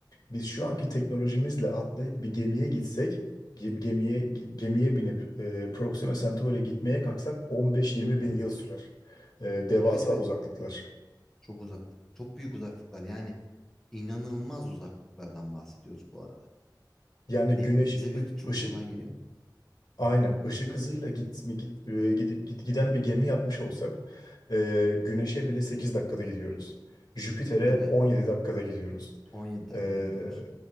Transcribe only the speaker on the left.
Biz şu anki teknolojimizle atlayıp bir gemiye gitsek, ge- gemiye gemiye binip e, Proxima Centauri'ye gitmeye kalksak 15-20
bin
yıl sürer. E, devasa
uzaklıklar.
Yani
güneş
ı-
ışık
aynen
ışık hızıyla gitme git, e, gid- gid- giden bir gemi yapmış olsak e, güneşe bile 8 dakikada gidiyoruz. Jüpiter'e
17 dakikada gidiyoruz.
E,